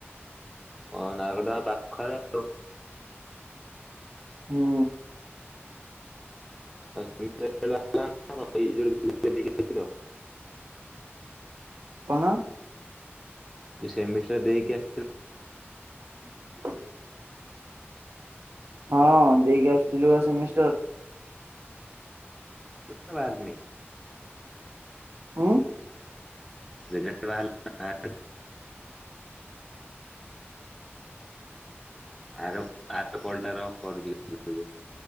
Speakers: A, in the centre; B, on the right.
A: ହଁ ନାଲକୋ ଟା ପାଖରେ ଆଉ।
B: ହଁ।
A: <unintelligible>
B: କଣ?
A: ସେମି ଷ୍ଟାର୍ ଦେଇକି ଆସିଥିଲେ।
B: <inaudible> ହଁ ଦେଇକି ଆସିଥିଲୁ ବା ସେମିଷ୍ଟର।
A: <unintelligible>
B: ଉଁ।
A: ରେଜୁଲ୍ଟ ବାହାରିଲାଣି ନା ବାହାରିନି? ଆର ଆର କଲଟାର କରି। <unintelligible>